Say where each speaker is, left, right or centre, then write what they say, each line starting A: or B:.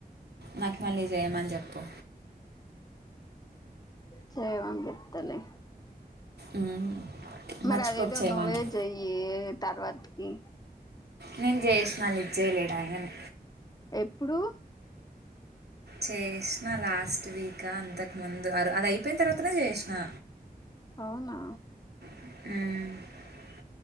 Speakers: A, on the right; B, on the left.
A: నాకు మళ్ళి చేయమని జెప్పు
B: చేయమని చెప్తాలే
A: ఉమ్
B: మరి
A: మర్చిపోక
B: అదేదో
A: చేయమను
B: నువ్వే చెయ్యే తర్వాత్ కి
A: నేను జేసిన లిఫ్ట్ చేయలేడాయిననే
B: ప్పుడు
A: చేసినా లాస్ట్ వీక్ అంతకు ముందు అర్ అది అయిపోయిన తర్వాతనే చేసినా
B: అవునా
A: మ్